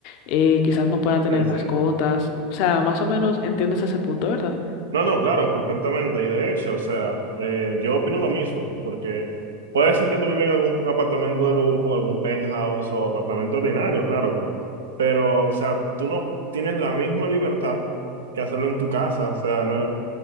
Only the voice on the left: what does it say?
eh, quizás no pueda tener
mascotas, o sea, más o menos entiendes ese punto, ¿verdad?